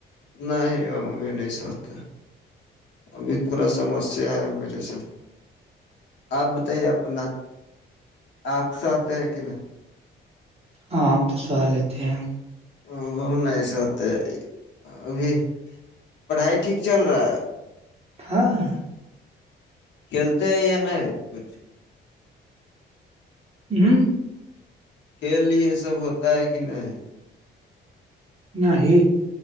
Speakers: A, on the left; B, on the right.
A: نہیں ہم ابھی نہیں سوچتا ابھی تھوڑا سمسیا ہے میرے ساتھ اب تو یہ اپنا آپساہتے ہے کہ نہیں
B: ہاں ہم تو سہا لیتے ہیں
A: اوم نہیں ایسا ہوتے ہے ابھی پڑھائی ٹھیک چل رہا ہے <unintelligible>
B: ہاں
A: کھیلتے ہیں یا نہیں کچھ
B: ہوں
A: کھیل یہ سب ہوتا ہے کہ نہیں
B: نہیں